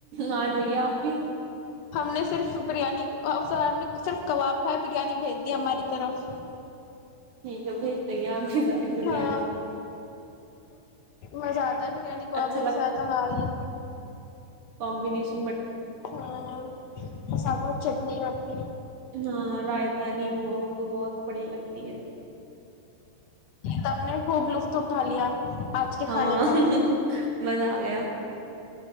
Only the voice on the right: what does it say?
آ جائیے آپ بھی
ٹھیک ہے بھیج دیں گے آپ کی سائ بریانی
اچھا
کمبیشن
ہ ر آائتا نہیںو ہو <inaudible> تو بڑھیا لگتی ہے
ہاں
مزہ آ گیا